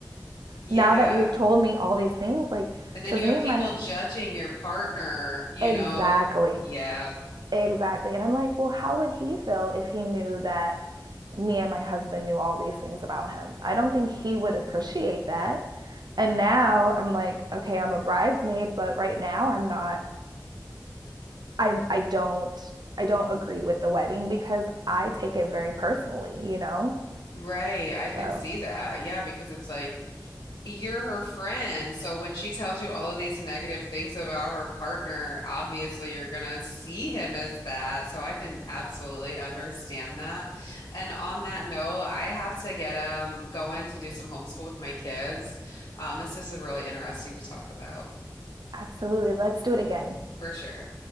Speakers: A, on the left; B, on the right.
A: Yeah.
B: now that you've told me all these things." Like,
A: And then
B: because
A: you have
B: me
A: people
B: and my
A: judging your partner, you
B: exactly,
A: know? Yeah,
B: exactly, and I'm like, "Well, how would he feel if he knew that me and my husband knew all these things about him?" I don't think he would appreciate that. And now I'm like, "Okay, I'm a bridesmaid, but right now I'm not." I I don't I don't agree with the wedding because I take it very personally, you know?
A: right. I can
B: So,
A: see that. Yeah, because it's like you're her friend. So when she tells you all of these negative things about her partner, obviously you're going to see him as that. So I can absolutely understand that. And on that note, I have to get um going to do some homeschool with my kids. Um, this is really interesting to talk about
B: absolutely, let's do it again.
A: for sure.